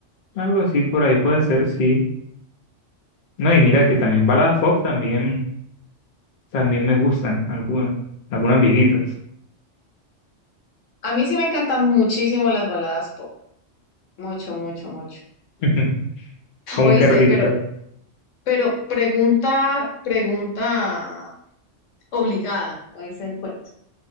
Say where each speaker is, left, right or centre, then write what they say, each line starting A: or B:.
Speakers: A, on the left (about 55°); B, on the left (about 75°).
A: Algo así por ahí puede ser, sí. No, y mira que también baladas pop también, también me gustan, algunas, algunas viejitas.
B: A mí sí me encantan muchísimo las baladas pop. Mucho, mucho, mucho.
A: <laughs> como
B: Oíste,
A: que artista?
B: pero Pero pregunta, pregunta obligada, como dice el cuento.